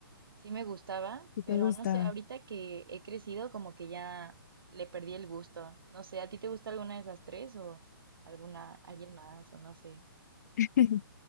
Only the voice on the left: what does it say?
¿Qué
te gusta?
<laughs>